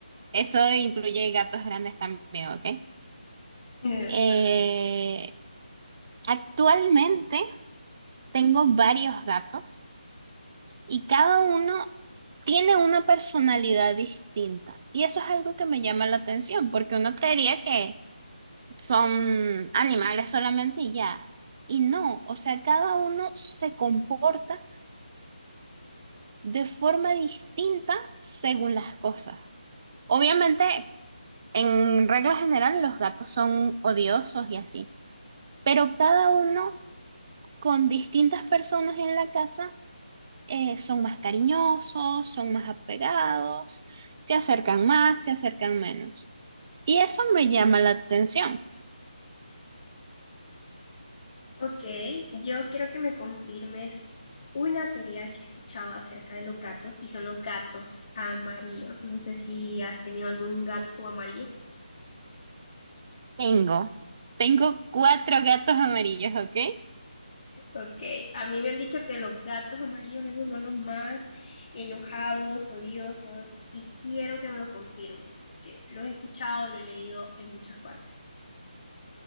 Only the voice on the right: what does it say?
Eso incluye gatos grandes también, ¿ok?
Eh,
actualmente tengo varios gatos y cada uno tiene una personalidad distinta. Y eso es algo que me llama la atención, porque uno creería que son animales solamente y ya. Y no, o sea, cada uno se comporta de forma distinta según las cosas. Obviamente, en regla general, los gatos son odiosos y así, pero cada uno con distintas personas en la casa eh, son más cariñosos, son más apegados, se acercan más, se acercan menos. Y eso me llama la atención.
Tengo, tengo cuatro gatos amarillos, ¿ok?